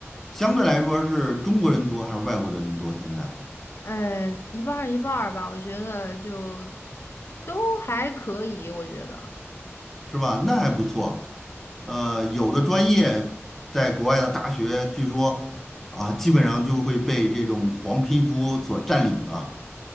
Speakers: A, in the centre; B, on the left.
A: 相对来说是中国人多还是外国的人多？现在
B: 呃，一半儿一半儿吧，我觉得就都还可以，我觉得
A: 是吧？那还不错。呃，有的专业在国外的大学，据说啊，基本上就会被这种黄皮肤所占领了，